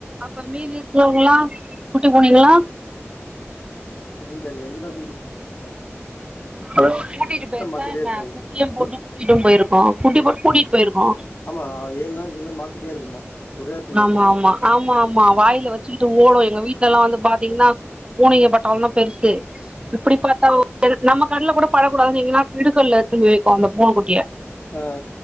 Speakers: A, on the right (about 20°); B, on the left (about 45°).
A: அப்ப மீதி இருக்கவங்களா கூப்ட்டு போனீங்களா
B: இல்லல்ல எங்கதா தூக்கிட்டு போ சொல்ற
A: ஹலோ கூட்டிட்டு போய்ருச்சா
B: மாத்திட்டே
A: என்ன
B: இருப்பாங்க
A: குட்டியு போட்டு
B: ம்
A: கூட்டிட்டு போயிருக்கோ கூட்டி போட்டு கூட்டிட்டு போயிருக்கோ
B: ஆமா ஏழு நாளைக்குல்லா மாத்திட்டே இருக்குமா ஒரே எடத்துல
A: ஆமா
B: இருக்காதா
A: ஆமா ஆமா ஆமா வாயில வச்சுக்கிட்டு ஓடும் எங்க வீட்டு்லலா வந்து பாத்தீங்கன்னா பூனைங்க பட்டால தா பெருசு இப்படி பாத்தா நம்ம கண்ல கூட படக்கூடாதுனு எங்கன்னா இடுக்கல்ல எத்துனுபோ வைக்கு அந்த பூன குட்டிய
B: ஆ